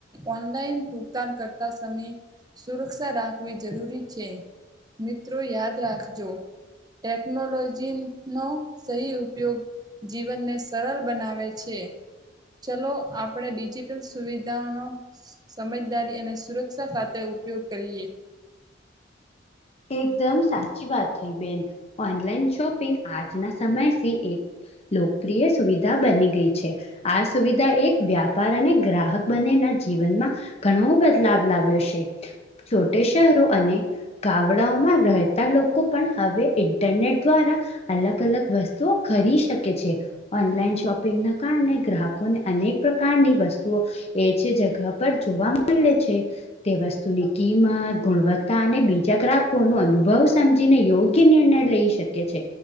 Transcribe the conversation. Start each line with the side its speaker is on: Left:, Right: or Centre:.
Right: ઓનલાઈન ભુગતાન કરતા સમય સુરક્ષા રાખવી જરૂરી છે. મિત્રો યાદ રાખજો ટેક્નોલોજી નો સહી ઉપયોગ જીવનને સરળ બનાવે છે. ચલો આપડે ડિજિટલ સુવિધાનો સમજદારી અને સુરક્ષા સાથે ઉપયોગ કરીએ.
Left: એકદમ સાચી વાત થઈ બેન ઓનલાઈન શોપિંગ આજના સમયસી એક લોકપ્રિય સુવિધા બની ગઇ છે. આ સુવિધા એક વ્યાપાર અને ગ્રાહક બંનેના જીવનમાં ઘણો બદલાવ લાવ્યો છે. છોટે શહેરો અને ગામડાઓમાં રહેતા લોકો પણ હવે ઇન્ટરનેટ દ્વારા અલગ અલગ વસ્તુઓ ખરી શકે છે. ઓનલાઈન શોપિંગના કારણે ગ્રાહક લોકોને અનેક પ્રકારની વસ્તુઓ એ જ જગા પર જોવા મળે છે. તે વસ્તુની કિંમત ગુણવત્તા અને બી <unintelligible> અનુભવ સમજીને યોગ્ય નિર્ણય લઈ શકે છે